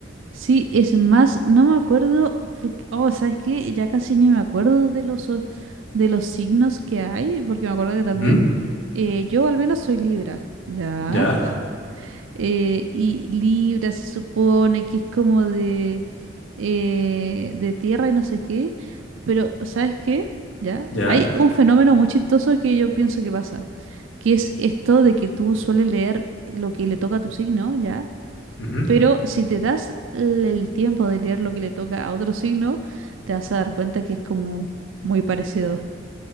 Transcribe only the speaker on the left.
Ujú,
Ya,
ya.
ujú.